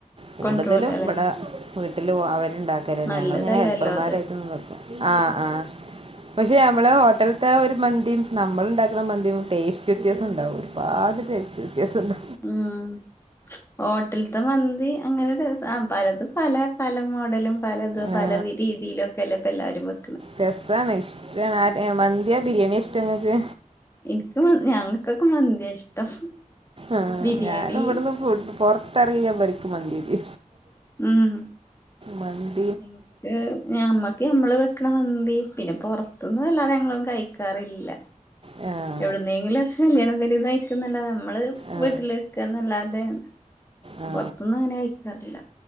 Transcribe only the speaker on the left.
കൊണ്ടരൂലല്ലേ
നല്ലതല്ലല്ലോ
അത്
ഉം ഹോട്ടൽത്തെ മന്തി അങ്ങനെ രസാ ആഹ് പലതും പല പല മോഡലും പലത് പല
രീതിയിലൊക്കെ അല്ലേ ഇപ്പം എല്ലാരും വെ
എനിക്ക് ഞങ്ങൾക്കൊക്കെ മന്തിയാ ഇഷ്ടം
ബിരിയാണി
ഉം.
ഇൻക്ക് ഞമ്മക്ക് ഞമ്മള് വെക്ക്ണ മന്തി പിന്നെ പൊറത്തുന്നു വല്ലാതെ ഞങ്ങളൊന്നും കഴിക്കാറില്ല
എവിടുന്നെങ്കിലും കല്യാണം പെരേന്ന് കഴിക്കുന്നല്ലാതെ നമ്മള്
വീട്ടിൽ വെക്കുക എന്നല്ലാതെ
പുറത്ത്ന്നങ്ങനെ കഴിക്കാറില്ല.